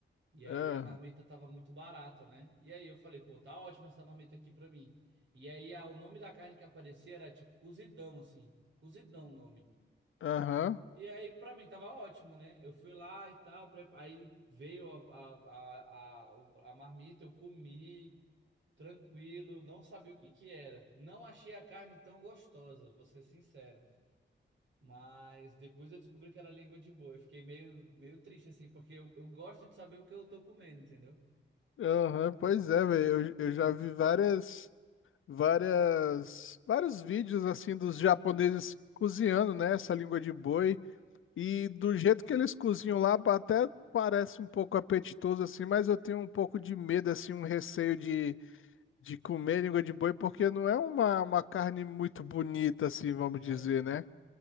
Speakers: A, on the right (about 70°); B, on the left (about 85°).
A: e
B: É.
A: aí a marmita tava muito barata, né? E aí eu falei, pô, tá ótima essa marmita aqui pra mim. E aí ah, o nome da carne que aparecia era tipo cozidão, assim. Cozidão o nome.
B: Aham.
A: E aí, pra mim, tava ótimo, né? Eu fui lá e tal, pre- aí veio a, a, a, a, o- a marmita, eu comi, tranquilo, não sabia o que que era. Não achei a carne tão gostosa, vou ser sincero. Mas depois eu descobri que era língua de boi. Eu fiquei meio, meio triste, assim, porque eu, eu gosto de saber o que eu tô comendo, entendeu?
B: Aham, pois é, velho. Eu, eu já vi várias. várias vários vídeos assim dos japoneses cozinhando, né, essa língua de boi e do jeito que eles cozinham lá pa- até parece um pouco apetitoso assim, mas eu tenho um pouco de medo assim, um receio de de comer língua de boi porque não é uma, uma carne muito bonita assim, vamos
A: É,
B: dizer, né?